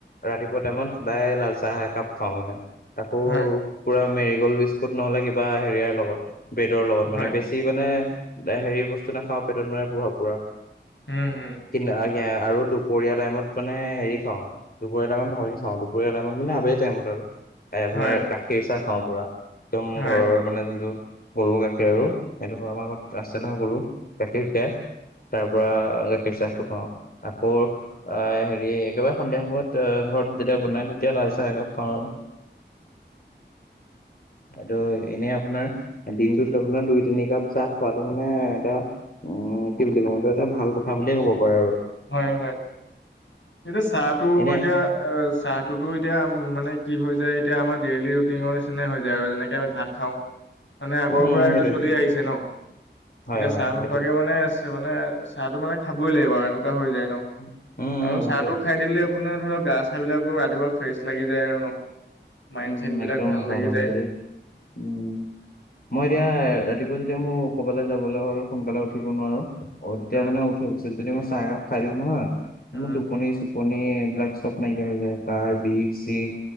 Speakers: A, on the left; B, on the left.
A: ৰাতিপুৱা টাইমত সদায় লাল চাহ একাপ খাওঁ মানে তাকো
B: হয়,
A: পুৰা মেৰিগ'ল্ড বিস্কুট নহ'লে কিবা হেৰিয়াৰ লগত ব্ৰেডৰ লগত
B: হয়
A: মানে বেছি মানে হেৰি বস্তু নাখাওঁ পেটত মানে প্ৰভাৱ পৰা
B: উম উম
A: কি না - এ আৰু দুপৰীয়া টাইমত মানে হেৰি খাওঁ দুপৰীয়া টাইমত ভালকে চাওঁ দুপৰীয়া টাইমত মানে আবেলি টাইমত আৰু। এ আপোনাৰ
B: হয়
A: গাখীৰ চাহ খাওঁ পুৰা একদম
B: হয়
A: ঘৰৰ, মানে যোনটো গৰু গাখীৰ আৰু সেইটো আমাৰ ঘৰত আছে নহয় গৰু গাখীৰ খিৰাই তাৰ পৰা গাখীৰ চাহটো খাওঁ আকৌ, আহ হেৰি একেবাৰে সন্ধিয়া সময়ত ঘৰত যেতিয়া বনাই তেতিয়া লাল চাহ একাপ খাওঁ আৰু। এইটো এনেই আপোনাৰ দিনটোত আপোনাৰ দুই, তিনিকাপ চাহ খোৱাটো মানে এটা অঁ কি বুলি ক'ম? এইটো এটা ভাল কথা বুলিয়ে ক'ব পাৰা আৰু।
B: হয়, হয়। কিন্তু চাহটো
A: এনে
B: এতিয়া এ চাহটোতো এতিয়া মানে কি হৈ যায়? এতিয়া আমাৰ ডেইলি ৰুটিনৰ নিচিনাই হৈ যায় আৰু যেনেকে আমি ভাত খাওঁ। মানে আগৰপৰাই
A: উম
B: এইটো
A: সেইটোৱে
B: চলি আহিছে ন'?
A: হয়
B: এতিয়া
A: হয়
B: চাহ নোখোৱাকে
A: সেইটোৱে
B: মানে মানে চাহটো মানে খাবই লাগিব আৰু এনেকুৱা হৈ যায় ন'
A: উম উম
B: আৰু চাহটো
A: একদম
B: খাই দিলে আপোনাৰ ধৰক গা-চা বিলাকো ৰাতিপুৱা ফ্ৰেছ লাগি যায় আৰু ন'। মাইণ্ড-চাইনবিলাক
A: উম একদম
B: ভাল
A: সঁচা
B: লাগি
A: কথা
B: যায়।
A: কৈছে দেই উম মই এতিয়া ৰাতিপুৱা যেতিয়া মোৰ ক'বালে যাবলে হ'ল সোনকালে উঠিব নোৱাৰো অঁ তেতিয়া
B: উম
A: মানে উঠি পিছত যদি মই চাহ একাপ খাই দিওঁ নহয়
B: উম
A: মোৰ টোপনি- চোপ্ পনি এইবিলাক চব নাইকিয়া হৈ যায়। গাৰ বিষ- চিষ